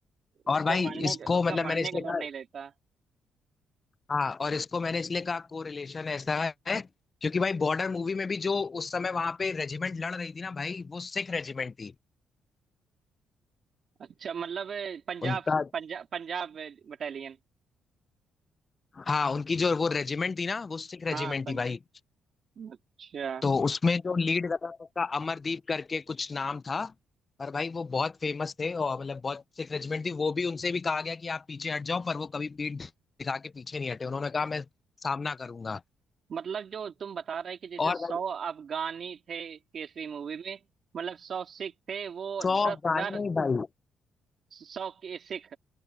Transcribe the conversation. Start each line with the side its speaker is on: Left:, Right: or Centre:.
Right: उसको
Left: और भाई
Right: मारने
Left: इसको
Right: का- उसका
Left: मतलब
Right: मारने
Left: मैंने इसलिए
Right: का डर
Left: कहा
Right: नहीं रहता
Left: हाँ और इसको मैंने इसलिए कहा को रिलेशन ऐसा है क्योंकि भाई बॉर्डर मूवी में भी जो उस समय वहां पे रेजिमेंट लड़ रही थी ना भाई वो सिख रेजिमेंट थी
Right: अच्छा मतलब ए, पंजाब
Left: उनका
Right: से- पंजाब पंजाब बटालियन
Left: हाँ उनकी जो वो रेजिमेंट थी ना वो सिख रेजिमेंट
Right: हाँ पं,
Left: थी भाई
Right: अच्छा
Left: तो उसमें जो लीड कर रहा था उसका अमरदीप करके कुछ नाम था पर भाई वो बहुत फेमस थे और मतलब बहुत सिख रेजिमेंट थी वो भी उनसे भी कहा गया कि आप पीछे हट जाओ पर वो कभी पीठ दिखा के पीछे नहीं हटे उन्होंने कहा मैं सामना करूंगा
Right: मतलब जो तुम बता रहे कि जैसे
Left: और भाई
Right: सौ अफगानी थे केसरी मूवी में मतलब सौ सिख थे वो
Left: सौ
Right: दस
Left: अफगान
Right: हजार
Left: नहीं भाई
Right: सौ के सिख